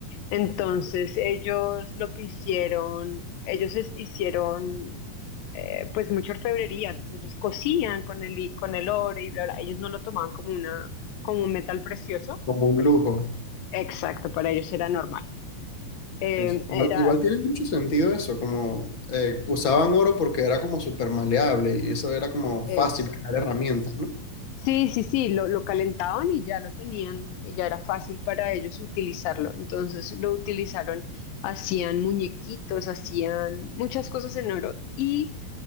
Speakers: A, on the left; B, on the left.
A: Entonces, ellos lo que hicieron, ellos es- hicieron eh, pues mucha orfebrería, entonces ellos cosían con el, i- con el oro y bla, bla, ellos no lo tomaban como una, como un metal precioso,
B: como un
A: pues
B: lujo.
A: exacto, para ellos era normal. Em,
B: Sí, sí. Igual,
A: era
B: igual tiene mucho sentido eso, como eh, usaban oro porque era como súper maleable y eso era como
A: exacto.
B: fácil crear herramientas, ¿no?
A: Sí, sí, sí, lo, lo calentaban y ya lo tenían, y ya era fácil para ellos utilizarlo. Entonces lo utilizaron, hacían muñequitos, hacían muchas cosas en oro. Y